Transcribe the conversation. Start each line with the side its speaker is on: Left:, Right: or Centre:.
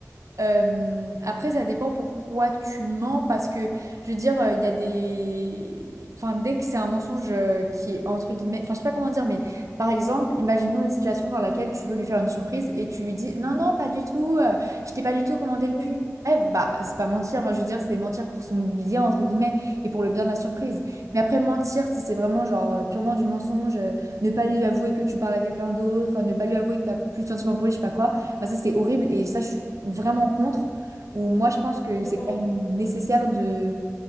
Right: Euh, après, ça dépend pourquoi tu mens, parce que, je veux dire, euh, il y a des... Enfin, dès que c'est un mensonge euh, qui est entre guillemets... Enfin, je sais pas comment dire, mais par exemple, imaginons une situation dans laquelle tu veux lui faire une surprise et tu lui dis, non, non, pas du tout, euh, je t'ai pas du tout commandé le
Left: Oui,
Right: pull. de bah, c'est pas mentir, enfin, je veux dire, c'est mentir pour son bien, entre guillemets, et pour le bien de la surprise. Mais après, mentir, si c'est vraiment genre euh, purement du mensonge, euh, ne pas lui avouer que tu parles à quelqu'un d'autre, euh, ne pas lui avouer que t'as plus de sentiments pour lui, je sais pas quoi, bah, ça c'est horrible et ça, je vraiment contre, où moi je pense que
Left: bah,
Right: c'est
Left: pareil.
Right: quand même nécessaire de...